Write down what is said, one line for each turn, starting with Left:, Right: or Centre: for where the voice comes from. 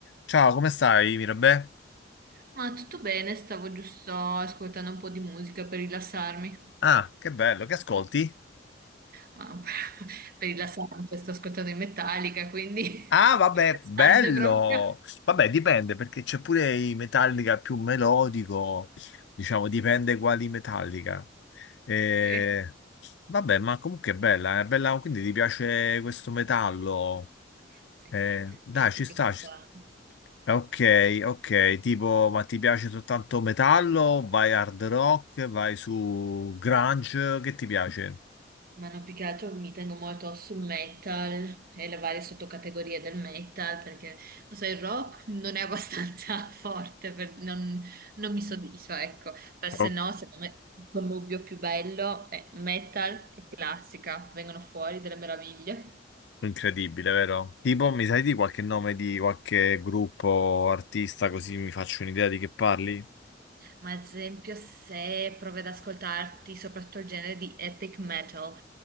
Left: Ciao, come stai, Mirabè?
Right: Ma tutto bene, stavo giusto ascoltando un po' di musica per rilassarmi.
Left: Ah, che bello, che ascolti?
Right: Ma <laughs> per rilassarmi, cioè, sto ascoltando in Metallica, quindi
Left: Ah, vabbè,
Right: <laughs> interessante
Left: bello!
Right: proprio.
Left: Vabbè, dipende, perché c'è pure i Metallica più melodico, diciamo, dipende quali Metallica. Eh,
Right: Sì,
Left: vabbè, ma comunque è bella, è bella, quindi ti piace questo metallo?
Right: sì,
Left: Eh,
Right: sì,
Left: dai,
Right: sì,
Left: ci
Right: sempre
Left: sta,
Right: stato.
Left: ci sta. Eh, Ok, ok, tipo, ma ti piace soltanto metallo? Vai hard rock, vai su grunge, che ti piace?
Right: Ma no, più che altro mi tengo molto sul metal e le varie sottocategorie del metal perché, lo so, il rock non è abbastanza <laughs> forte, per- non, non mi soddisfa, ecco. Per se
Left: Ok.
Right: no, secondo me il connubio più bello è metal e classica, vengono fuori delle meraviglie.
Left: Incredibile, vero? Tipo, mi sai di qualche nome di qualche gruppo, artista, così mi faccio un'idea di che parli?
Right: Ma ad esempio, se provi ad ascoltarti soprattutto il genere di epic metal,